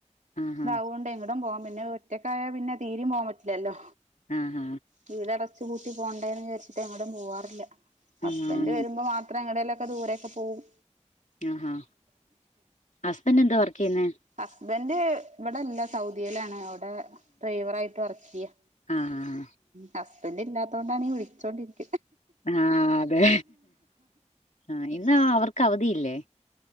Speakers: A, on the left; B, on the right.
A: ആഹാ
B: ഇതൊണ്ട് ഇങ്ങടും പോവാൻ പിന്നെ ഒറ്റക്കായ പിന്നെ തീരയും പോവാൻ പറ്റില്ലല്ലോ
A: ഉം
B: വീട് അടച്ചു കൂട്ടി പോണ്ടന്ന് വിചരിച്ചിട്ട് എങ്ങോടും പോവാറില്ല ഹസ്ബൻഡ്
A: ആഹ്
B: വരുമ്പോ മാത്രം ഇത്ര അങ്ങടെല്ലൊക്കെ ദൂരൊക്കെ പോകവും
A: ആഹാ ഹസ്ബൻഡ എന്താ വർക്ക് ചെയ്യുന്നേ
B: ഹസ്ബൻഡ് ഇവിടെല്ല സൗദിയിലാണ് അവിടെ ഡ്രൈവറ ആയിട്ട് വർക്ക് ചെയ്യ
A: ആഹ
B: ഹസ്ബൻഡറ് ഇല്ലാത്തണ്ടാണ് വിളിച്ചോണ്ടിരിക്കുന്നത്.
A: ആഹ അതെ ആ ഇന്ന അവർക്ക് അവധിയില്ലേ?